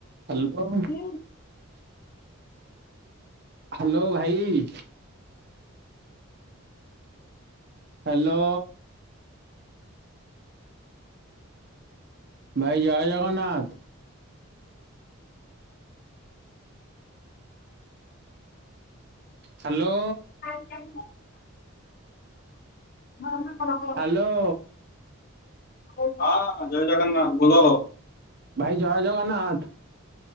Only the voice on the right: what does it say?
Hello.
hello ଭାଇ hello. ଭାଇ ଜୟ ଜଗନ୍ନାଥ। ହ୍ୟାଲୋ
ହ୍ୟାଲୋ
ଭାଇ ଜୟ ଜଗନ୍ନାଥ।